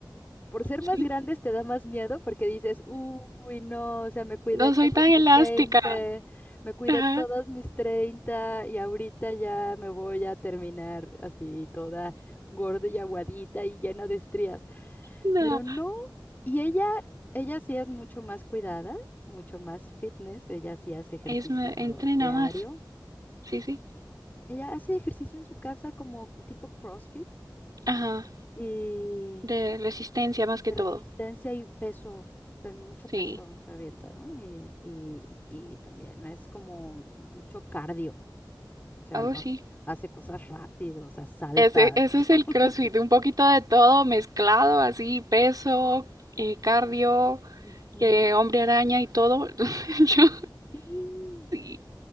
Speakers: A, on the left; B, on the right.
A: Por ser
B: sí.
A: más grandes te da más miedo porque dices, uy, no, o sea, me cuidé
B: No
A: todos
B: soy tan elástica.
A: mis 20, me cuidé
B: Ajá,
A: todos mis 30 y ahorita ya me voy a terminar así toda gorda y aguadita y llena de estrías.
B: no.
A: Pero no, y ella, ella sí es mucho más cuidada, mucho más fitness, ella sí hace ejercicio
B: Es, me- entrena
A: diario.
B: más. Sí, sí.
A: Ella hace ejercicio en su casa como tipo CrossFit
B: Ajá.
A: y
B: De resistencia más que
A: de
B: todo.
A: resistencia y peso, pe- mucho
B: Sí.
A: peso se avienta, ¿no? Y, y- y también es como mucho cardio, o sea,
B: Oh,
A: lo
B: sí.
A: ha- hace cosas rápido, o sea, salta.
B: Ese, ese
A: <laughs>
B: es el CrossFit, un poquito de todo mezclado, así, peso, eh, cardio,
A: Ujú.
B: eh, hombre araña y todo. <laughs> Entonces, Yo,
A: Sí,
B: sí,